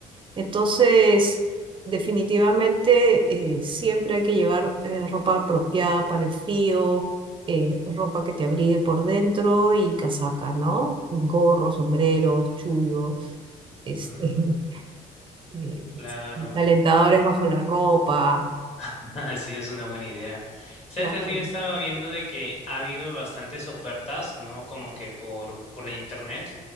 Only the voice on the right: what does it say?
Entonces, definitivamente eh, siempre hay que llevar eh, ropa apropiada para el frío, eh, ropa que te abrigue por dentro y casaca, ¿no? Gorros, sombreros, chullos, este,
<laughs> eh,
calentadores bajo la ropa.
Claro.